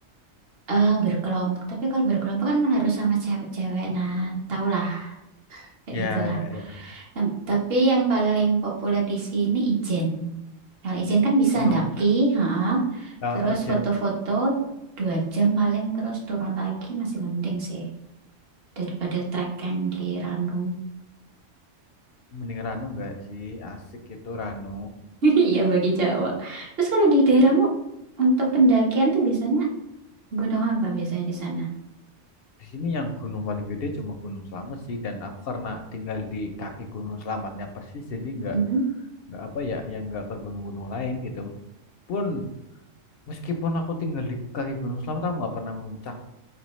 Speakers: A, on the right; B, on the left.
A: eh berkelompok tapi kalau berkelompok kan harus sama cewek-cewek nah tau lah kayak
B: Ya,
A: gitu
B: ya, ya.
A: Nah, tapi yang paling populer di sini Ijen. Kalau Ijen kan bisa
B: Gunung.
A: ndaki, ha
B: Eh,
A: Terus
B: Ojen
A: foto-foto dua jam paling terus turun lagi masih mending sih daripada trek yang di Ranung.
B: mending Ranu nggak sih? Asik itu Ranu.
A: <laughs> Iya bagi Jawa. Terus kalau di daerahmu untuk pendakian tuh biasanya gunung apa biasanya di sana?
B: Di sini yang gunung paling gede cuma Gunung Slamet sih. Dan aku karena tinggal di kaki Gunung Slametnya persis, jadi nggak
A: Mhm.
B: nggak apa ya yang nggak ke gunung-gunung lain gitu pun meskipun aku tinggal di kaki Gunung Selamat aku nggak pernah muncak